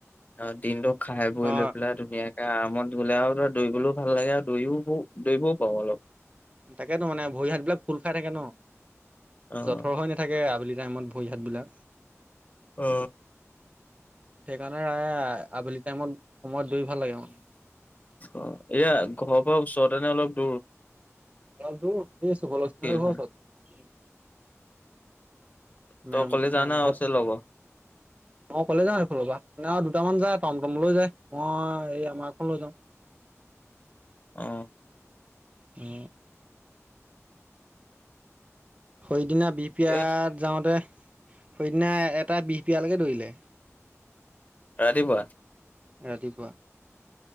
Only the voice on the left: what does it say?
অ দিনটো- খাই বই
লৈ পেলাই ধুনীয়াকে আৰামত গলে আৰু দৌৰিবলও ভাল ভাল লাগে আৰু দৌৰি দৌৰিবও পাওঁ অলপ
অ'।
অ
অ এয়া ঘৰৰ পৰা ওচৰতেনে অলপ দূৰ
ফিল্ডখন?
তই অকলে
যাৱ নে আৰু আছে লগৰ?
অ
ঠিকে আছে,
ৰাতিপুৱা